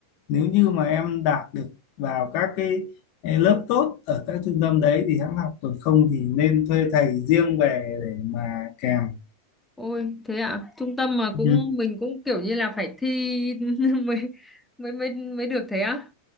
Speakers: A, on the left (about 45°); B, in the centre.
A: nếu như mà em đạt được vào các cái cái lớp tốt ở các trung tâm đấy thì hãng học còn không thì nên thuê thầy riêng về để mà kèm
B: Ôi, thế ạ, trung tâm mà
A: Ừ.
B: cũng mình cũng kiểu như là phải thi <laughs> mới mới mới mới được thế á?